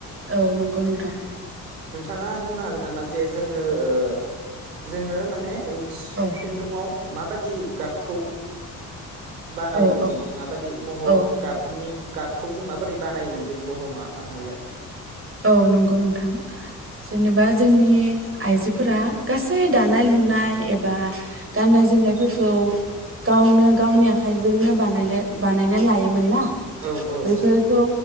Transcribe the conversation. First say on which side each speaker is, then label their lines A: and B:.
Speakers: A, on the right; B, on the right.
A: औ नंगौ नोंथां।
B: नोंथाङा बुंनो हागोन नामा जे जोङो ओ जोङो माने हुस
A: औ
B: खुन्दुङाव मा माबादि गाबखौ बानायोमोन?
A: औ औ
B: जों माबायदि महर
A: औ
B: गाबनि गाब खौ जों माबोरै बानायोमोन जों बर' मा माहारिया
A: औ नंगौ नोंथां जेनेबा जोंनि नि आइजोफोरा गासै दानाय लुनाय एबा गाननाय जोमनायफोरखौ गावनो गावनि आखाइजोंनो बानायनो बानायना लायोमोन ना।
B: औ औ
A: बेफोरखौ